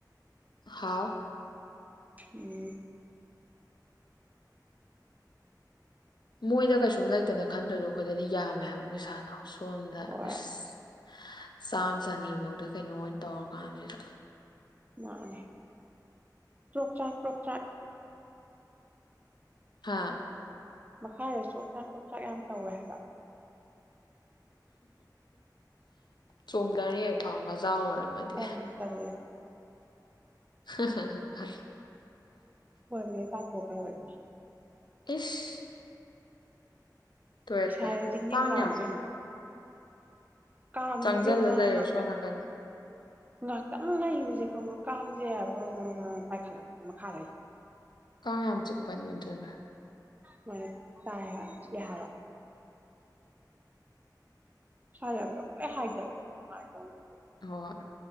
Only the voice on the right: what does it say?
ꯎꯝ
ꯍꯣꯏ
ꯃꯥꯅꯦ ꯆꯣꯛꯆꯥꯛ ꯄ꯭ꯔꯣꯛꯆꯥꯛ
ꯃꯈꯥꯗ ꯆꯣꯛꯆꯥꯛ ꯆꯣꯛꯆꯥꯛ ꯌꯥꯝ ꯇꯧꯋꯦ ꯍꯥꯏꯕ
ꯇꯟꯕꯨ ꯇꯜꯂꯦ
<unintelligible>
ꯏꯁꯥꯖꯤ
ꯖꯤꯡ ꯅꯤꯡ
ꯂꯥꯎꯋꯤ
ꯏꯕꯦꯝꯃ ꯎꯝ ꯀꯥꯡꯖꯤꯗ
ꯃ
ꯉ
ꯉꯥꯛꯇꯪ ꯂꯩꯕꯖꯦ ꯈꯪꯕꯔꯥ ꯀꯥꯡꯖꯦ ꯃꯔꯪ ꯃꯔꯪ ꯄꯥꯏꯈꯠꯂꯛꯇꯨꯏꯅꯦ ꯃꯊꯈꯥꯗꯩ
ꯃ ꯇꯥꯏ ꯌꯥ <unintelligible>